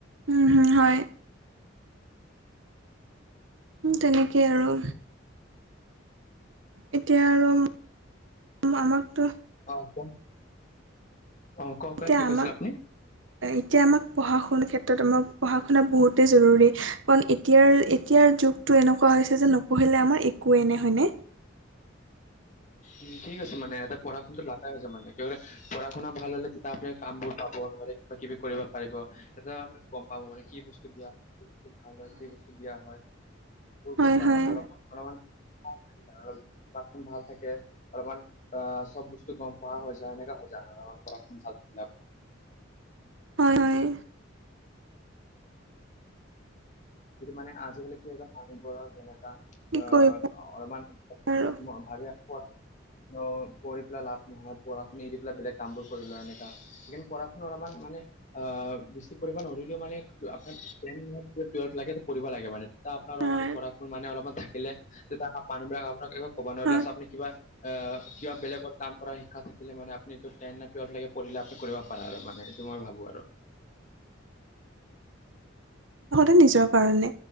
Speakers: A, on the right; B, on the left.
A: উম', হম' হয়। উম', তেনেকেই আৰু। এতিয়া আৰু মামাকতো
B: অহ, কওঁ। অহ, কওঁ
A: এতিয়া
B: কোৱা কি
A: আমাক
B: কৈছিল আপুনি?
A: এতিয়া আমাক পঢ়া -শুনাৰ ক্ষেত্ৰতো মোক পঢ়া শুনা বহুতেই জৰুৰী। কাৰণ এতিয়াৰ -এতিয়াৰ যুগটো এনেকুৱা হৈছে যে নপঢ়িলে আমাৰ একোৱেই নাই হয়নে?
B: উম' ঠিক আছে মানে এটা পঢ়া শুনাটো লাগা হৈছে মানে পঢ়া শুনা ভাল হলে তেতিয়া আপুনি কাম বোৰ পাব নহলে কিবা কিবি কৰিব পাৰিব। এটা গম পাব, মানে কি বস্তু বেয়া। কি বস্তু ভাল হয়, কি বস্তু দিয়া হয়, বহুত
A: হয়
B: গম পায়
A: হয়
B: মানে অলপ অলমান <unintelligible> অলপমান ভাল থাকে। অলমান অহ, চব বস্তু গম পোৱা হৈ যায়। এনেকা হৈ যায় অলমান পঢ়া শুনা ভালে
A: হয়, হয়।
B: কিছুমানে আজিকালি কি হয় মানুহবোৰৰ যেনেকা।
A: কি কৰিবা
B: অহ, অলমান
A: আৰু
B: <unintelligible> মই। <unintelligible> অহ, পঢ়ি পেলাই লাভ নহয়, পঢ়া শুনি এৰি পেলাই বেলেগ কামবোৰ কৰি লয় এনেকা। সেই পঢ়া শুনা অলমান মানে অহ, বেছি পৰিমাণ হলেওঁ মানে আপাৰ <unintelligible> টোৱেলভ্য লাগে পঢ়িব লাগে মানে, ইটা আপোনাৰ অলপ
A: হয়
B: মান পঢ়া শুন মানে অলপমান থাকিলে তেতিয়া মানুহবিলাক আপোনাক <unintelligible>
A: হয়
B: আপুনি কিবা অহ, কিবা বেলেগ কাম কৰা শিক্ষা থাকিলে মানে আপুনিটো টেন ন' টুৱেলভ লৈকে পঢ়িলে আপুনি কৰিব পাৰা, আৰু মানে সেইটো মই ভাবো আৰু।
A: সদায় নিজৰ কাৰণে,